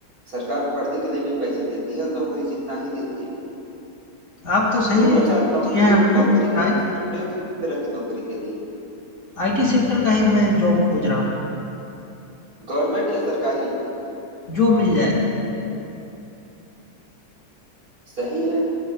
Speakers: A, on the right; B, on the left.
A: सरकार पढ़ने के लिए भी पैसे देती है और नौकरी जितना ही देती है
B: आप तो सही
A: तो अच्छा
B: दिए
A: नौकरी
B: हैं हमको
A: नौकरी
B: राय।
A: के लिए सोच रहे हो तो किस तरह की नौकरी के लिए
B: आईटी सेक्टर का ही मैं जॉब खोज रहा हूँ,
A: गवर्नमेंट या सरकारी
B: जो मिल जाए।
A: सही है